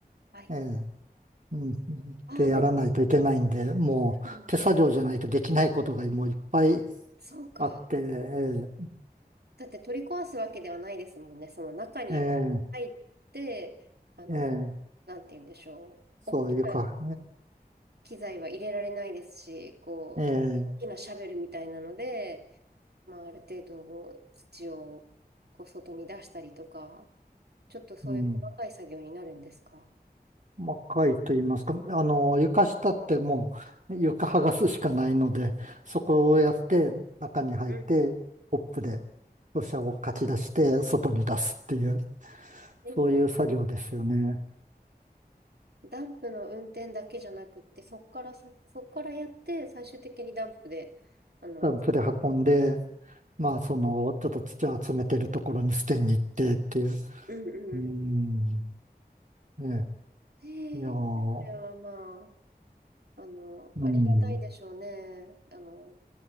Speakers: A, on the right; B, on the right.
A: はい。
B: ええ、うん、っ
A: ああ、
B: てやらないといけないんで、
A: だ、
B: もう手作業じゃないとできないことがもういっぱい
A: うんそうか。
B: あって、え
A: だって取り壊すわけではないですもんね。その中に入って、
B: え、え
A: あの、
B: え、ええ
A: なんて言うんでしょう。
B: そう、
A: 大きな
B: 床、
A: 機材は入れられないですし、こう、
B: ええ、ええ、
A: 大きなシャベルみたいなので、まあ、ある程度こう土をこう外に出したりとか、ちょっとそういう細かい作業になるんですか。
B: うん。まあ、貝と言いますか、あの、床下ってもう床剥がすしかないので、そこをやって中に入って、
A: うん
B: コップで土砂をかき出して外に出すっていう、
A: え
B: そういう作業ですよね。
A: ダンプの運転だけじゃなくって、そっからさ、そっからやって、最終的にダンプで、あの、
B: ダンプで運んで、まあ、その、ちょっと土を集めてるところに捨てに行ってっていう。
A: うんうんうん。
B: うん、え
A: へえ。
B: え、いやー、
A: それはまあ、あの、
B: うん、
A: ありがたいでしょうね。あの、